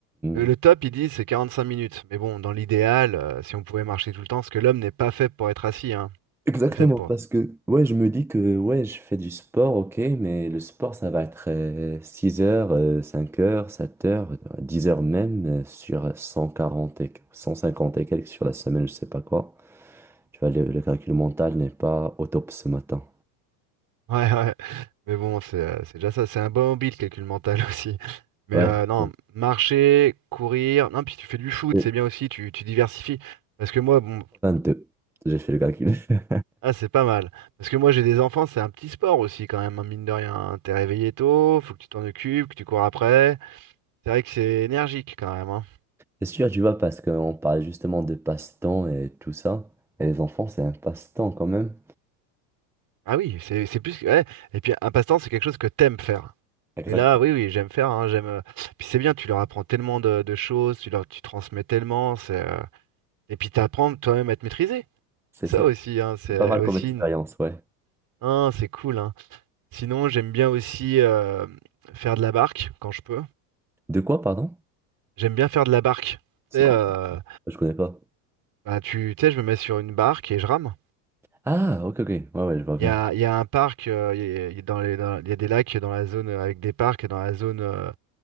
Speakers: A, on the right; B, in the centre.
A: Le, le
B: Hmm.
A: top, ils disent, c'est 45 minutes. Mais bon, dans l'idéal, euh, si on pouvait marcher tout le temps, parce que l'homme n'est pas fait pour être assis, hein.
B: Exactement,
A: C'est fait pour.
B: parce
A: <laughs>
B: que ouais, je me dis que ouais, je fais du sport, ok, mais le sport, ça va être euh, 6 heures, euh, 5 heures, 7 heures, euh, 10 heures même euh, sur 140 et 150 et quelques sur la semaine, je sais pas quoi. Tu vois, le, le calcul mental n'est pas au top ce matin.
A: Ouais, ouais. Mais bon, c'est euh, c'est déjà ça. C'est un bon hobby, le calcul mental <laughs> aussi. Mais
B: Ouais,
A: euh, non,
B: euh,
A: marcher, courir. Non, puis tu fais du foot,
B: c'est
A: c'est bien aussi, tu, tu diversifies. Parce que moi, bon,
B: deux j'ai fait le calcul. <laughs>
A: ah, c'est pas mal. Parce que moi, j'ai des enfants, c'est un petit sport aussi, quand même, hein, mine de rien. hein. T'es réveillé tôt, faut que tu t'en occupes, que tu cours après. C'est vrai que c'est énergique quand même, hein.
B: C'est sûr, tu vois, parce qu'on parle justement de passe-temps et tout ça, et les enfants, c'est un passe-temps quand même.
A: Ah oui, c'est c'est plus. que- Ouais. Et puis, un passe-temps, c'est quelque chose que t'aimes faire.
B: Exactement.
A: Et là, oui, oui, j'aime faire, hein, j'aime. euh, Puis c'est bien, tu leur apprends tellement de, de choses, tu leur, tu transmets tellement, c'est. euh, Et puis t'apprends toi-même à te maîtriser.
B: C'est
A: C'est
B: ça,
A: ça aussi, hein, c'est
B: c'est pas mal
A: aussi.
B: comme expérience,
A: une-
B: ouais.
A: hein, c'est cool, hein. Sinon, j'aime bien aussi euh, faire de la barque quand je peux.
B: De quoi, pardon?
A: J'aime bien faire de la barque.
B: C'est
A: Tu sais,
B: quoi?
A: euh,
B: Je connais pas.
A: ben, tu tu sais, je me mets sur une barque et je rame.
B: Ah, ok, ok. Ouais, ouais, je vois
A: Il
B: bien.
A: y a, il y a un parc, euh, il y a, il y a dans les- dans- il y a des lacs dans la zone euh, avec des parcs dans la zone euh,